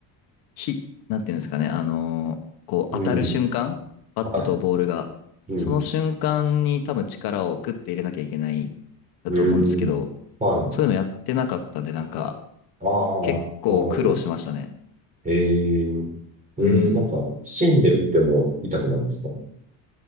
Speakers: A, on the left; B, on the right.
A: ひ、なんていうんですかね、あのーこう当たる瞬間、
B: うん。
A: バットとボールが、
B: はい。うん。
A: その瞬間に多分力をグッて入れなきゃいけないだと思うんですけど、
B: うん。はい。
A: そういうのやってなかったんで、なんか
B: ああ、
A: 結構苦労しましたね。
B: なるほど。えー、えー、
A: うん。
B: なんか、芯で打っても痛くなるんですか